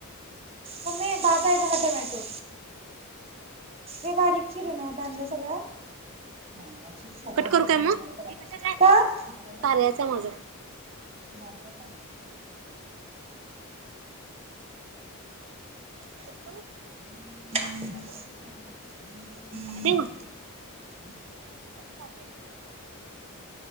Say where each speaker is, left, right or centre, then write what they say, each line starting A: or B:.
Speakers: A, on the right; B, on the right.
A: मग म बादाा आहे पहा टोमॅटो हे बारीक चिर ना कांदा सगळा लाांगडाची सोपा
B: कट
A: होते
B: करू काय
A: बरा
B: मग
A: बरा बरा
B: ते कशाचं आहे
A: काट्याला
B: कार्याचं आहे माझं कट
A: बरक हम्म
B: करू काय
A: हम्म.
B: बोलते मग? काय
A: <unintelligible>
B: नाही होत <unintelligible>